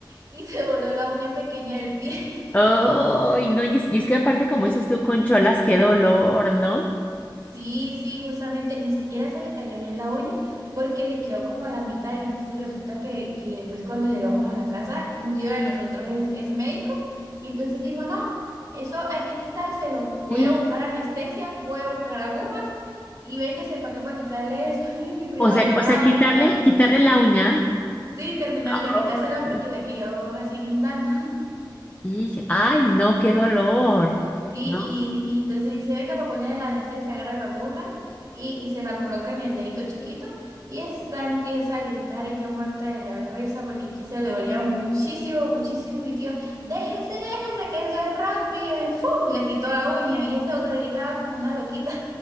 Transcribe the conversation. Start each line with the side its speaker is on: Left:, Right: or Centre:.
Right: y se voló la uña pequeña del pie.
Left: Ay, no, y es, y es que aparte, como dices tú, con cholas, qué dolor, ¿no?
Right: Sí, sí, justamente ni siquiera se le cayó bien la uña porque le quedó como a la mitad y entonces resulta que, que después cuando llegamos a la casa, un tío de nosotros es, es médico y entonces dijo, no, eso hay que quitárselo, voy
Left: Sí.
Right: a buscar anestesia, voy a buscar agujas y véngase para acá para quitarle eso. <laughs> Ay, mi prima
Left: O sea,
Right: lloraba
Left: o sea, quitarle,
Right: y lloraba.
Left: quitarle la uña.
Right: Sí, terminar
Left: Ay.
Right: de quitársela porque le quedó así guindando.
Left: Y, ay, no, qué dolor,
Right: Sí,
Left: ¿no?
Right: y, y entonces dice, venga, para poner la anestesia, agarra la aguja y, y se la coloca en el dedito chiquito y esa empieza a gritar y yo muerta de la risa porque aquí se le dolía muchísimo, muchísimo mi tío, déjese, déjese, que eso es rápido y ¡fum! le quitó la uña y eso gritaba como una loquita.